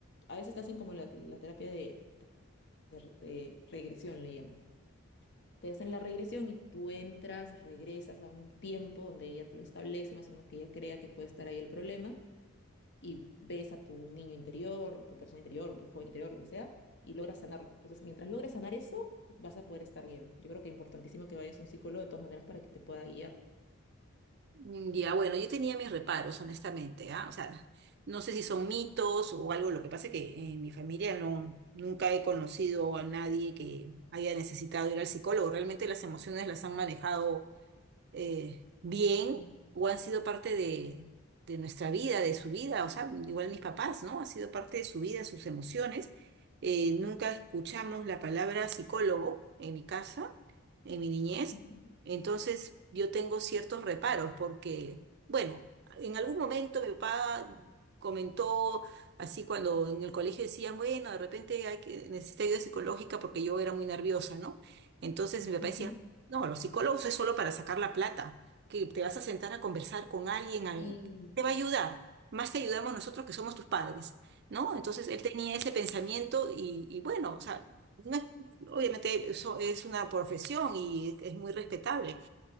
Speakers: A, on the left; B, on the right.
A: a veces te hacen como la, la terapia de, de re- regresión, le llaman. Te hacen la regresión y tú entras, regresas a un tiempo donde ella te lo establece, más o menos que ella crea que puede estar ahí el problema y ves a tu niño interior, tu persona interior, tu joven interior, lo que sea, y logras sanarlo. Entonces, mientras logres sanar eso, vas a poder estar bien. Yo creo que es importantísimo que vayas a un psicólogo de todas maneras para que te pueda guiar.
B: Mm, Ya, bueno, yo tenía mis reparos, honestamente, ¿ah? O sea, no sé si son mitos o algo, lo que pasa es que eh, en mi familia no, nunca he conocido a nadie que haya necesitado ir al psicólogo, realmente las emociones las han manejado eh, bien
A: Mm.
B: o han sido parte de, de nuestra vida, de su vida, o sea, igual mis papás, ¿no? Ha sido parte de su vida, sus emociones. Eh, nunca escuchamos la palabra psicólogo en mi casa, en mi niñez.
A: Ujú,
B: Entonces yo tengo ciertos reparos porque, bueno, en algún momento mi papá comentó así cuando en el colegio decían, bueno, de repente hay que, necesita ayuda psicológica porque yo era muy nerviosa, ¿no? Entonces mi papá
A: ujú.
B: decía, no, los psicólogos es solo para sacar la plata, que te vas a sentar a conversar con alguien, al-
A: Y
B: te va a ayudar, más te ayudamos nosotros que somos tus padres, ¿no? Entonces él tenía ese pensamiento y, y bueno, o sea, no es- obviamente eso es una profesión y es muy respetable,